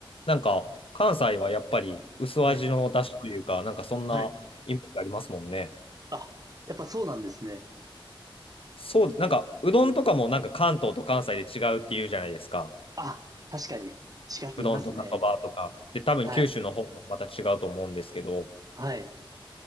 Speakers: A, on the left; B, on the right.
A: なんか関西はやっぱり薄味の出汁というか、
B: はい。
A: なんかそんなイメージありますもんね。
B: はい。あ、やっぱそうなんですね。
A: そう、なんかうどんとかもなんか関東と関西で違うって言うじゃないですか。
B: あ、確かに違って言いますね。
A: うどんとかそばとか。で、多分九州の方もまた違うと思うんですけど。
B: はい。はい。